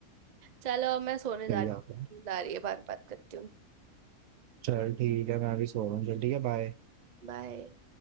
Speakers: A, on the right (about 45°); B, on the right (about 75°).
A: चलो अब मैं सोने जा
B: सही
A: रही
B: आता है
A: हूँ नींद आ रही है बात बात करती हूँ
B: चल ठीक है मैं अभी सो रहा हूँ चल ठीक है बाय
A: बाय